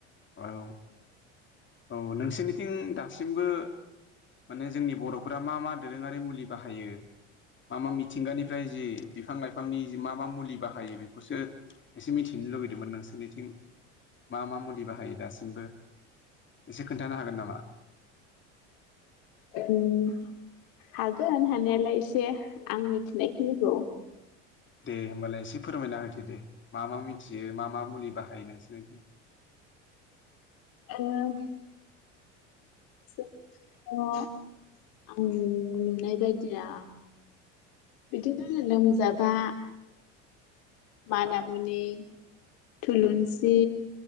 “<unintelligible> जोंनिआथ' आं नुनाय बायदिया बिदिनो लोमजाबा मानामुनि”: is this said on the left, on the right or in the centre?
Left